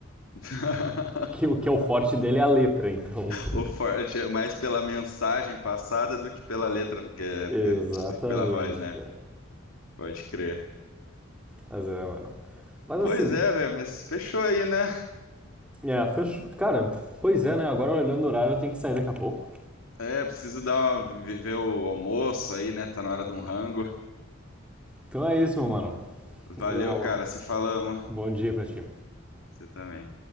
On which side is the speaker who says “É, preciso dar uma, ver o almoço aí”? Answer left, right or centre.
Left